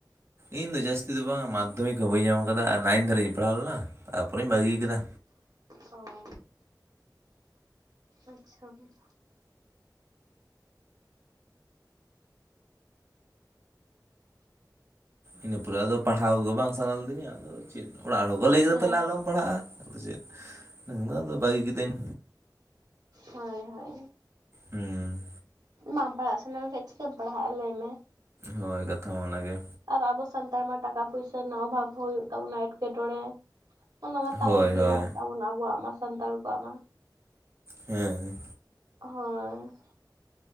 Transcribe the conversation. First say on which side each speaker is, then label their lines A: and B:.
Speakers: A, on the right (about 40°); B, on the right (about 65°).
A: ᱤᱧ ᱫᱚ ᱡᱟᱹᱥᱛᱤ ᱫᱚ ᱵᱟᱝ ᱢᱟᱫᱽᱫᱷᱚᱢᱤᱠ ᱦᱚᱸ ᱵᱟᱹᱧ ᱮᱢ ᱟᱠᱟᱫᱟ ᱟᱨ ᱱᱟᱭᱤᱱ ᱫᱷᱟᱨᱤᱡ ᱤᱧ ᱯᱟᱲᱦᱟᱣ ᱞᱮᱱᱟ ᱛᱟᱯᱚᱨᱮᱧ ᱵᱟᱹᱜᱤ ᱠᱟᱫᱟ᱾
B: ᱚᱻ ᱟᱪᱪᱷᱟ ᱦᱩᱸ᱾
A: ᱤᱱᱟᱹ ᱯᱚᱨᱮ ᱟᱫᱚ ᱯᱟᱲᱦᱟᱣ ᱜᱮ ᱵᱟᱝ ᱥᱟᱱᱟ ᱞᱤᱫᱤᱧᱟ ᱟᱫᱚ ᱪᱮᱫ ᱚᱲᱟᱜ ᱨᱮᱦᱚᱸᱠᱚ ᱞᱟᱹᱭ ᱠᱮᱫᱟ
B: ᱦᱮᱸ
A: ᱛᱟᱦᱚᱞᱮ ᱟᱞᱚᱢᱼᱼ ᱯᱟᱲᱦᱟᱜ-ᱟ ᱟᱫᱚ ᱪᱮᱫ ᱤᱧᱫᱚ ᱟᱫᱚ ᱵᱟᱹᱜᱤ ᱠᱤᱫᱟᱹᱧ᱾
B: ᱦᱚᱭ ᱦᱚᱭ᱾
A: ᱦᱩᱸ᱾
B: ᱵᱟᱝ ᱯᱟᱲᱦᱟᱜ ᱥᱟᱱᱟ ᱢᱮᱠᱷᱟᱱᱡ ᱪᱤᱠᱟᱹᱢ ᱯᱟᱲᱦᱟᱜ-ᱟ ᱞᱟᱹᱭ ᱢᱮ,
A: ᱦᱚᱭ ᱠᱟᱛᱷᱟ ᱢᱟ ᱚᱱᱟᱜᱮ᱾
B: ᱟᱨ ᱟᱵᱚ ᱥᱟᱱᱛᱟᱲ ᱢᱟ ᱴᱟᱠᱟ ᱯᱩᱭᱥᱟᱹ ᱨᱮᱱᱟᱜ ᱚᱵᱷᱟᱵ ᱦᱚᱸ ᱦᱩᱭᱩᱜ ᱛᱟᱵᱚᱱᱟ ᱮᱸᱴᱠᱮᱴᱚᱬᱮᱼᱼ ᱚᱱᱟ ᱢᱟ ᱛᱟᱦᱮᱸᱱ
A: ᱦᱳᱭ
B: ᱜᱮᱭᱟ
A: ᱦᱳᱭ
B: ᱛᱟᱵᱚᱱ ᱟᱵᱚᱣᱟᱜ ᱢᱟ ᱥᱟᱱᱛᱟᱲ ᱠᱚᱣᱟᱜ-ᱢᱟ᱾
A: ᱦᱮᱸ᱾
B: ᱦᱳᱭ᱾